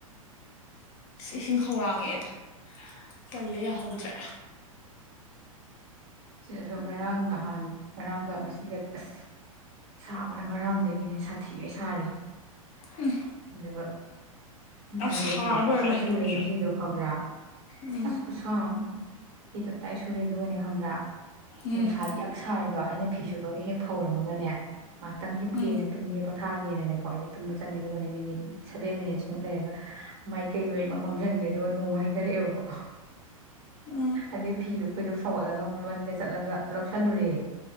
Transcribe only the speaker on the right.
ꯁꯤꯗꯁꯨ ꯉꯔꯥꯡ ꯅꯍꯥꯟ ꯉꯔꯥꯡꯒ ꯉꯁꯤꯒꯗꯤ ꯑꯁ ꯁꯥꯕꯅ ꯉꯔꯥꯡꯗꯒꯤꯅꯦ ꯁꯥꯊꯤꯌꯦ ꯁꯥꯔꯤꯁꯦ
ꯑꯗꯨꯒꯅꯕ ꯑꯩꯗꯣ
ꯐꯤ ꯇꯞꯇꯥꯏ
ꯁꯨꯔꯦ ꯉꯁꯤꯗꯣ ꯈꯪꯕ꯭ꯔꯥ
ꯑꯁ ꯈꯨꯁꯥ ꯑꯥꯥ ꯐꯤ ꯇꯞꯇꯥꯏ ꯁꯨꯔꯦ ꯑꯗꯨꯒꯅꯦ ꯈꯪꯕ꯭ꯔꯥ
ꯅꯨꯡꯁꯥ ꯌꯛ ꯁꯥꯔꯤꯗꯣ ꯑꯩꯅ ꯐꯤ ꯁꯨꯕꯒ ꯍꯦꯛ ꯐꯧꯔꯝꯃꯒꯅꯦ ꯉꯥꯏꯍꯥꯛꯇꯪ ꯍꯤꯞꯀꯦꯅ
ꯇꯨꯝꯒꯦ ꯄꯣꯊꯥꯒꯦꯅꯅꯦꯀꯣ ꯑꯩꯁꯦ ꯇꯨꯝꯕ ꯆꯪꯉꯦ ꯑꯗꯨꯒꯅꯦ ꯃꯤꯅꯤꯠ ꯁꯚꯦꯟ ꯃꯤꯅꯤꯠ ꯑꯃꯨꯛ ꯂꯩꯔꯒ ꯃꯥꯏꯀꯩ ꯂꯣꯏꯅꯃꯛ ꯃꯝꯁꯤꯟꯒꯔꯦ ꯑꯗꯨꯒ ꯅꯣꯡ ꯍꯩꯊꯔꯛꯑꯦꯕꯀꯣ
ꯑꯗꯩ ꯐꯤꯗꯣ ꯈꯣꯏꯗꯧ ꯁꯥꯎꯒꯠꯂꯒ ꯑꯃꯨꯛ ꯂꯟꯗ ꯆꯠꯂꯒ ꯂꯧꯁꯜꯂꯨꯔꯦ